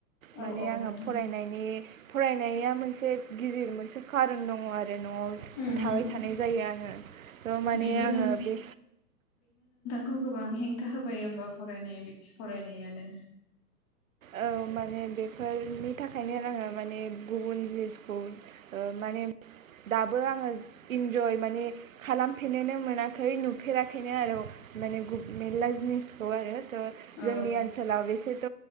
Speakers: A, on the left; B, on the right.
A: औ
B: माने
A: औ
B: आङो
A: नोंथां
B: फरायनायनि फरायनाया मोनसे एसे गिदिर मोनसे खारन दङ आरो आरो न'आव
A: उम
B: थाबाय थानाय जायो आङो थ' माने
A: बेनो
B: आङो बे
A: खौ गोबां हेंथा होबाय होमबा फरायनाय बिथिं फरायनायानो
B: औ माने बेफोरनि थाखायनो आङो माने गुबुन जिनिसखौ ओ माने दाबो आङो इन्जय माने खालामफेरनोनो मोनाखै नुफेराखैनो आरो माने मेरला जिनिसखौ आरो थ' जोंनि
A: औ
B: ओनसोलाव बेसेथ'